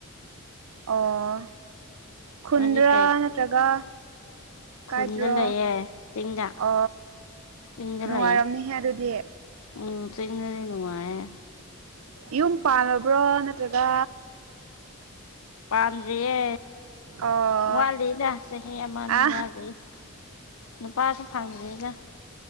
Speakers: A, on the right; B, on the left.
A: ꯑꯣ ꯈꯨꯟꯗ꯭ꯔꯥ
B: ꯅꯣꯏꯗꯤ ꯀꯩ
A: ꯅꯠꯇ꯭ꯔꯒ
B: ꯈꯨꯟꯗ
A: ꯀꯥꯏꯗ꯭ꯔ
B: ꯂꯩꯌꯦ ꯆꯤꯡꯗ
A: ꯑ
B: ꯆꯤꯡꯗ
A: ꯅꯨꯡꯉꯥꯏꯔꯝꯅꯤꯍꯦ
B: ꯂꯩꯌꯦ
A: ꯑꯗꯨꯗꯤ
B: ꯎꯝ ꯆꯤꯡꯅꯗꯤ ꯅꯨꯡꯉꯥꯏꯦ
A: ꯌꯨꯝ ꯄꯥꯜꯂꯕ꯭ꯔꯣ ꯅꯠꯇ꯭ꯔꯒ
B: ꯄꯥꯟꯗ꯭ꯔꯤꯌꯦ
A: ꯑꯣ
B: ꯋꯥꯠꯂꯤꯅ ꯆꯍꯤ ꯑꯃꯅꯤ
A: ꯑ
B: ꯑꯅꯤ ꯋꯥꯠꯂꯤ ꯅꯨꯄꯥꯁꯨ ꯐꯪꯗ꯭ꯔꯦꯒ